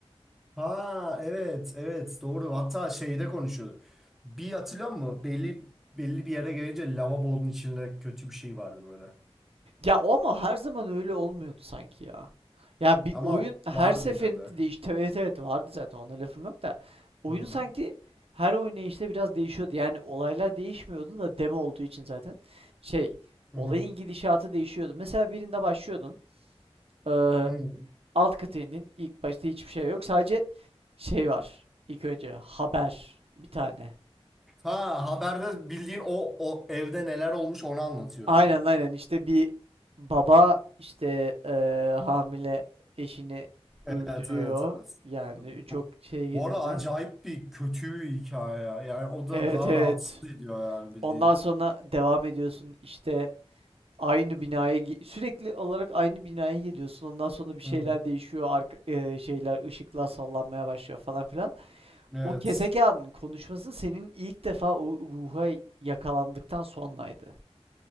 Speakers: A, in the centre; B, on the right.
A: Ha evet evet doğru hatta şeyde konuşuyordu. Bir hatırlıyor musun? Belli belli bir yere gelince lavabonun içinde kötü bir şey vardı böyle.
B: Ya o ama her zaman öyle olmuyordu sanki ya. Ya bir
A: Ama
B: oyun her
A: vardı
B: seferinde
A: yine de.
B: değişti. Evet evet vardı zaten ona lafım yok da. Oyun
A: Hı.
B: sanki her oynayışta biraz değişiyordu. Yani olaylar değişmiyordu da demo olduğu için zaten. Şey
A: Hı
B: olayın
A: hı.
B: gidişatı değişiyordu. Mesela birinde başlıyordun. eee,
A: Hı.
B: alt kata indin. İlk başta hiçbir şey yok. Sadece şey var. İlk önce haber bir tane.
A: Ha haberde bildiğin o, o evde neler olmuş onu anlatıyordu.
B: Aynen aynen işte bir baba işte eee, hamile eşini
A: Evet
B: öldürüyor
A: evet evet.
B: yani çok
A: Çok...
B: şeye girmeden.
A: Bu arada acayip bir kötü bir hikaye ya. Yani o da
B: Evet
A: daha
B: evet.
A: rahatsız ediyor yani bildiğin.
B: Ondan sonra devam ediyorsun işte aynı binaya gi- sürekli olarak aynı binaya geliyorsun. Ondan sonra bir şeyler
A: Hı.
B: değişiyor arka, eee, şeyler ışıklar sallanmaya başlıyor falan filan.
A: Evet.
B: O kese kağıdının konuşması senin ilk defa o ruha yakalandıktan sonraydı.